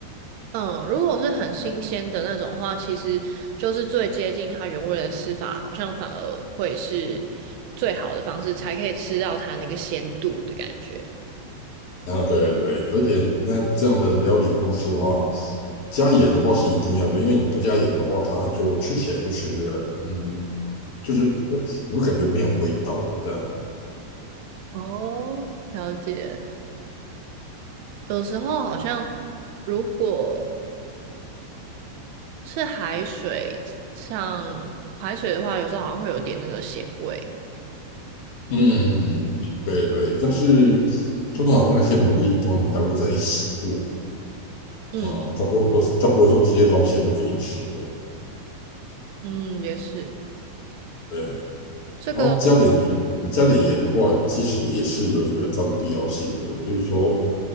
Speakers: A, on the right; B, on the left.
A: 嗯，如果是很新鲜的那种话，其实就是最接近它原味的吃法，好像反而会是最好的方式，才可以吃到它那个鲜度的感觉。
B: 啊，对对，而且那这样的料理方式的话，加盐的话是一定要的，因为你不加盐的话，它就吃起来就是嗯，就是会你会感觉没有味道这样。
A: 哦，了解。有时候好像如果是海水，像海水的话，有时候好像会有点那个咸味。
B: 嗯嗯嗯，嗯对对，但是通常那些牡蛎通常还会再洗过，
A: 嗯
B: 嗯，它不会说它不会说直接捞起来就给你吃了。
A: 嗯，也是
B: 对。
A: 这个
B: 然后加点盐，加点盐的话，其实也是有一个它的必要性的，就是说，